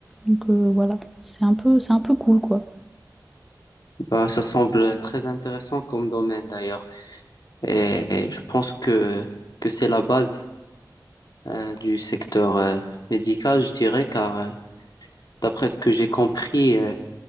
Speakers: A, in the centre; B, on the left.
A: Donc euh, voilà, c'est un, peu, c'est un peu cool quoi.
B: Bah, ça semble très intéressant comme domaine d'ailleurs. Et je pense que, que c'est la base euh, du secteur euh, médical, je dirais, car euh, d'après ce que j'ai compris, euh,